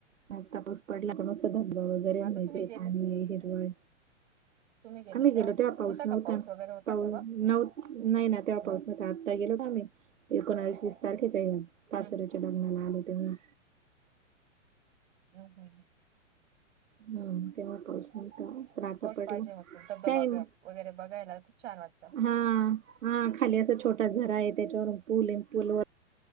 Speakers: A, on the right; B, on the right.
A: नसता पाऊस पडला, तर मग असं धबधबा वगैरे
B: मग
A: आणि
B: आता तुम्ही
A: ते
B: गेले
A: पाणी हिरवळ
B: तुम्ही गेले
A: आम्ही गेलो तेव्हा पाऊस
B: होता
A: नव्हता.
B: का वगैरे होता
A: पाऊ
B: तेव्हा?
A: नव्ह नाही ना तेव्हा
B: नाही.
A: पाऊसात. आत्ता गेलो ना आम्ही एकोणाईस वीस तारखेच्या पाचोर्‍याच्या
B: हं,
A: लग्नाला आलो तेव्हा.
B: हम्म हम्म.
A: हम्म तेव्हा पोचलवतो. पण आता
B: पाऊस
A: पडला.
B: पाहिजे मग ते धबधबा
A: काय ओ?
B: ग वगैरे बघायला खूप छान वाटतं.
A: हा. हा खाली असा छोटा झरा आहे, त्याच्यावरुन पूल आहे आणि पूलवर